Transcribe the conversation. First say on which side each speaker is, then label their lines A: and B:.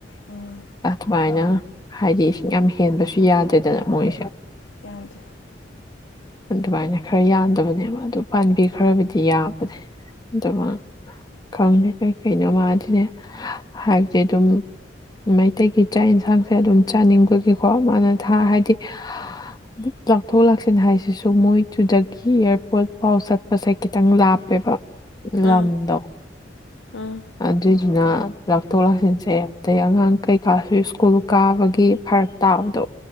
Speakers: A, on the left; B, on the left.
A: ꯑꯣ꯫
B: ꯑꯗꯨꯃꯥꯏꯅ ꯍꯥꯏꯗꯤ ꯏꯁꯤꯡ ꯌꯥꯝ ꯍꯦꯟꯕꯁꯨ ꯌꯥꯗꯦꯗꯅ ꯃꯣꯏꯁꯦ
A: ꯌꯥꯟꯗꯦ
B: ꯑꯗꯨꯃꯥꯏꯅ ꯈꯔ ꯌꯥꯟꯗꯕꯅꯦꯕ ꯑꯗꯨ ꯄꯥꯟꯕꯤ ꯈꯔꯕꯨꯗꯤ ꯌꯥꯕꯅꯦ ꯗꯨꯕꯨ ꯈꯪꯗꯦꯑꯩ ꯀꯩꯅꯣ ꯃꯥꯗꯤꯅꯦ ꯍꯥꯏꯕꯗꯤ ꯑꯗꯨꯝ ꯃꯩꯇꯩꯒꯤ ꯆꯥꯛ ꯌꯦꯟꯁꯥꯡꯁꯦ ꯑꯗꯨꯝ ꯆꯥꯅꯤꯡꯕꯒꯤꯀꯣ ꯃꯥꯅ ꯊꯥ
A: ꯎꯝ
B: ꯍꯥꯏꯗꯤ ꯂꯧꯥꯎꯊꯣꯛ ꯂꯥꯛꯁꯤꯟ ꯍꯥꯏꯁꯤꯁꯨ ꯃꯣꯏꯗꯨꯗꯒꯤ ꯑꯦꯌꯥꯔꯄꯣꯔꯠ ꯐꯥꯎ ꯆꯠꯄꯁꯦ ꯈꯤꯇꯪ ꯂꯥꯞꯄꯦꯕ ꯏꯝꯗ
A: ꯎꯝ ꯎꯝ
B: ꯑꯗꯨꯏꯗꯨꯅ ꯂꯧꯊꯣꯛ ꯂꯥꯎꯁꯤꯟꯁꯦ ꯑꯗꯩ ꯑꯉꯥꯡ ꯀꯩꯀꯥꯁꯨ ꯁ꯭ꯀꯨꯜ ꯀꯥꯕꯒꯤ ꯐꯔꯛ ꯇꯥꯕꯗꯣ